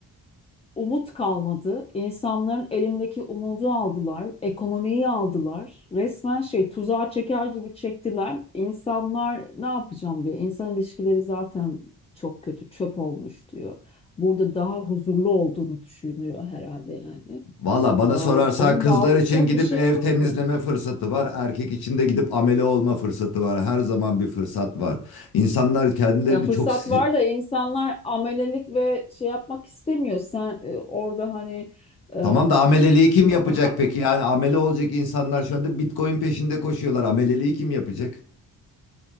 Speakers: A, on the left; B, on the left.
A: umut kalmadı. İnsanların elindeki umudu aldılar, ekonomiyi aldılar. Resmen şey tuzağa çeker gibi çektiler. İnsanlar ne yapacağım diyor. İnsan ilişkileri zaten çok kötü, çöp olmuş diyor. Burada daha huzurlu olduğunu düşünüyor herhalde yani.
B: Valla bana
A: Ee, onu
B: sorarsan kızlar
A: bağlayacak
B: için gidip
A: bir şey
B: ev
A: yapamıyorlar.
B: temizleme fırsatı var. Erkek için de gidip amele olma fırsatı var. Her zaman bir fırsat var. İnsanlar kendilerini
A: Ya fırsat
B: çok... si-
A: var da insanlar amelelik ve şey yapmak istemiyor. Sen e, orada hani e,
B: Tamam da ameleliği kim yapacak
A: daha
B: peki? Yani amele olacak insanlar şu anda Bitcoin peşinde koşuyorlar. Ameleliği kim yapacak?